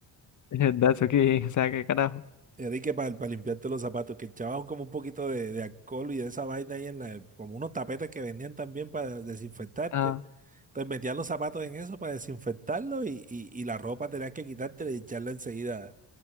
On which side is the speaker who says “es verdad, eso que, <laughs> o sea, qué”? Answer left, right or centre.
Left